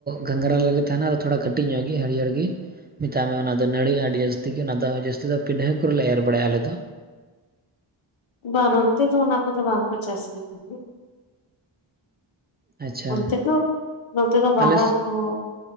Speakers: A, on the right; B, on the left.
A: ᱜᱷᱟᱝᱜᱨᱟ ᱞᱮᱠᱟ ᱜᱮ ᱛᱟᱦᱮᱱᱟ ᱟᱫᱚ ᱛᱷᱚᱲᱟ ᱠᱟᱹᱴᱤᱡ ᱧᱚᱜ ᱜᱮ ᱦᱟᱹᱨᱭᱟᱹᱲ ᱜᱮ᱾ ᱢᱮᱛᱟᱜ ᱢᱮ ᱚᱱᱟ ᱫᱚ ᱱᱟᱹᱲᱤᱜᱼᱟ ᱟᱹᱰᱤ ᱡᱟᱹᱥᱛᱤ ᱜᱮ ᱚᱱᱟ ᱫᱚ ᱡᱟᱹᱥᱛᱤ ᱫᱚ ᱯᱤᱰᱷᱟᱹ ᱠᱚᱨᱮᱞᱮ ᱮᱨ ᱵᱟᱲᱟᱭᱟ ᱟᱞᱮ ᱫᱚ᱾
B: ᱵᱟᱝ ᱱᱚᱱᱛᱮ ᱫᱚ ᱚᱱᱟ ᱠᱚᱫᱚ ᱵᱟᱝᱠᱚ ᱪᱟᱥ ᱜᱮᱭᱟ ᱩᱱᱟᱹᱜ
A: ᱟᱪᱪᱷᱟ
B: ᱚᱱᱛᱮ ᱫᱚ, ᱱᱚᱛᱮ ᱫᱚ ᱵᱟᱫᱟᱢ
A: ᱟᱞᱮ
B: ᱠᱚ